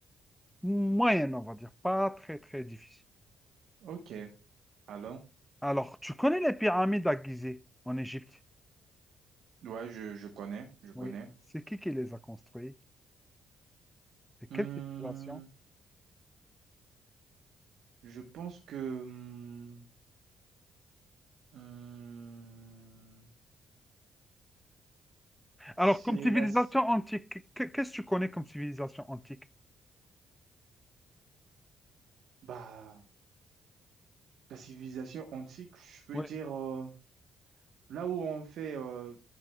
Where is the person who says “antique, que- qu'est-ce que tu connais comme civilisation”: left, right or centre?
Centre